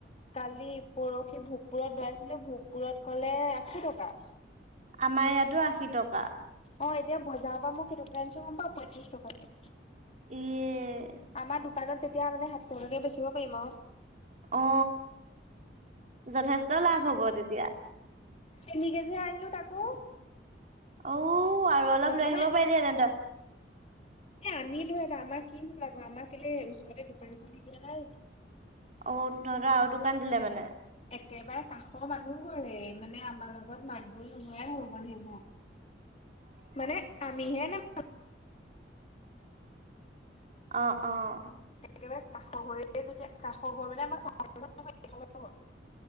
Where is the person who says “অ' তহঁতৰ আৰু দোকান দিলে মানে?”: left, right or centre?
Right